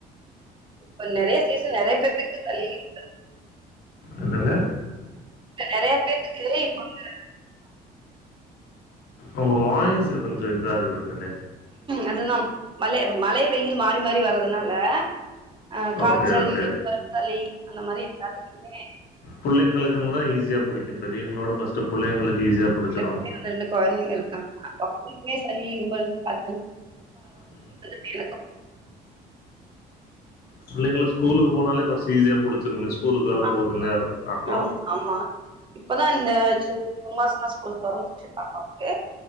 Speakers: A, on the right; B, on the left.
A: இப்ப நெறயா சீசன் நெறயா பேத்துக்கு சளி, இருமல்
B: என்னங்க
A: இங்க நெறயா பேத்துக்கு இப்ப இங்க
B: உங்க வாய்ஸ் கொஞ்சோ இதாகுதுங்களே
A: அதுதா மழை மழை வெயில் மாறி மாறி வர்றதுனால அ காய்ச்சல்,
B: ஓகே, ஓகே.
A: இருமல், சளி அந்த மாரி எல்லாத்துக்குமே
B: புள்ளைகளுக்குனா ஈஸியா புடிக்கு பெரியவங்கள விட ஃபர்ஸ்ட்டு புள்ளைங்களுக்கு ஈஸியா புடிச்சிரும்.
A: எனக்குமே வந்து ரெண்டு கொழந்தைங்க இருக்காங்க <inaudible> சளி, இருமல், காய்ச்சல்
B: ம்.
A: <inaudible>
B: புள்ளைங்கள் ஸ்கூலுக்கு போனாலே ஃபர்ஸ்ட் ஈஸியா புடிச்சிருமே ஸ்கூலுக்கு வேர
A: ஆமா
B: போகுதுங்க அப்பெல்லா
A: ஆமா ஆமா இப்பதா இந்த ஜு ஜூன் மாசோதான் ஸ்கூல் தொறந்துச்சு பாப்பாவுக்கு